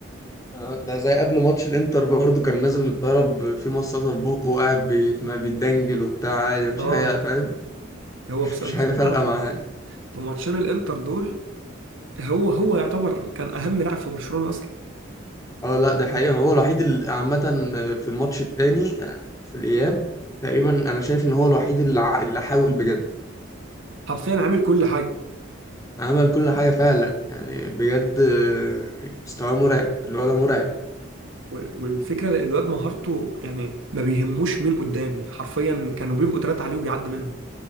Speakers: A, on the left; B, on the right.
A: آه، ده زي قبل ماتش الانتر برضه كان نازل من الطياره ب- في مصاصه في بقه وقاعد بيت- ما بيتدنجل وبتاع عادي مفيش
B: اه
A: حاجه فاهم
B: هو
A: مش
B: بص-
A: مش
B: بصراحه
A: حاجه فارقه معاه
B: في ماتشين الانتر دول هو هو يعتبر كان اهم لاعب في برشلونه اصلا
A: اه لا ده حقيقه ما هو الوحيد اللي عامه آه، في الماتش التاني آه، في الاياب تقريبا انا شايف ان هو الوحيد اللي ع- اللي حاول بجد
B: حرفيا عامل كل حاجه
A: عمل كل حاجه فعلا يعني بجد آه، مستواه مرعب الولد مرعب
B: والفكرة الواد مهارته يعني ما بيهموش مين قدامي حرفيا كانوا بيبقوا تلاتة عليه وبيعدي منهم